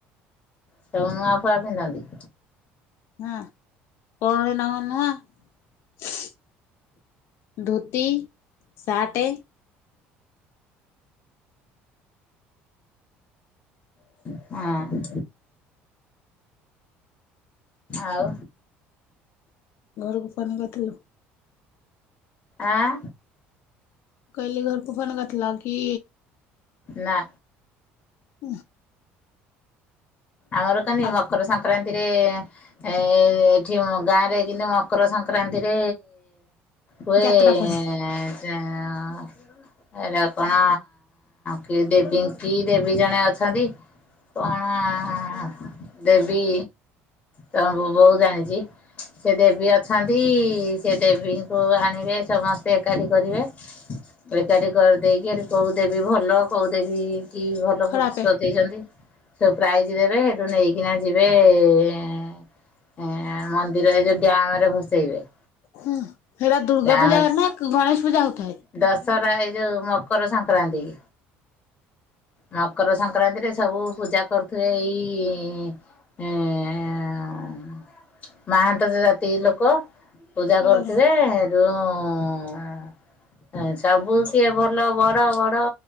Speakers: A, on the left (about 30°); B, on the left (about 60°).
A: ସବୁ ନୂଆ ଫୁଆ ପିନ୍ଧନ୍ତି?
B: ହଁ <unintelligible> ଧୋତି ସାଟେ।
A: ହଁ। ଆଉ
B: ଘରକୁ ପୋନ୍ କରଥିଲୁ?
A: ଆଁ
B: କଇଲି ଘରକୁୁ ଫୋନ୍ କରିଥିଲ କି?
A: ନା।
B: ଉଁ।
A: ଆମର କାନି
B: ଆଉ
A: ମକର ସଂକ୍ରାନ୍ତିରେ ଏ ଏ ଏଠି ଅଁ ଗାଁରେ କି <unintelligible> ମକର ସଂକ୍ରାନ୍ତିରେ ହୁଏ
B: ଯାତ୍ରା
A: ଏଁ-ଏଁ
B: ପରେ
A: ସେ ଅଁ ଅଇଲା କଣ କି ଦେବୀ କି ଦେବୀ ଜଣେ ଅଛନ୍ତି ପଣା ହଁ ଦେବୀ ତମ ବୋ ବୋଉ ଜାଣିଚି। ସେ ଦେବୀ ଅଛନ୍ତି ସେ ଦେବୀଙ୍କୁ ଆଣିବେ ସମସ୍ତେ ଏକାଠି କରିବେ। ଏକାଠି କରିଦେଇକି ଏଠି କୋଉ ଦେବୀ ଭଲ କୋଉ ଦେବୀ କି ଭଲ
B: ଖରାପେ
A: ବୁ ସଜେଇଛନ୍ତି ସବୁ ପ୍ରାଇ ଜି ଦେବେ ହେଠୁ ନେଇକିନା ଯିବେ ଏ ଏଁ-ଏଁ ଏଁ ମନ୍ଦିର ଏଇ ଯୋଉ ଡ୍ୟାମ ରେ ଭସେଇବେ।
B: ହୁଁ ହେରା ଦୁର୍ଗା
A: ଡ୍ୟାମ
B: ପୂଜା ନା ଗଣେଶ ପୂଜା ହଉଥାଏ?
A: ଦଶହରା ଏଇ ଯୋଉ ମକର ସଂକ୍ରାନ୍ତି। ମକର ସଂକ୍ରାନ୍ତିରେ ସ୍ ସବୁ ପୂଜା କରୁଥିବେ ଏଇ ଇଁ-ଇଁ ଏଁ-ଏଁ <unintelligible> ମହାନ୍ତ ସେ ଜାତି ଲୋକ ପୂଜା
B: ଓହୋ
A: କରୁଥିବେ। ଯୋଉଁ ଉଁ-ଉଁ ହୁଁ ସବୁ ସିଏ ଭଲ ବଡ ବଡ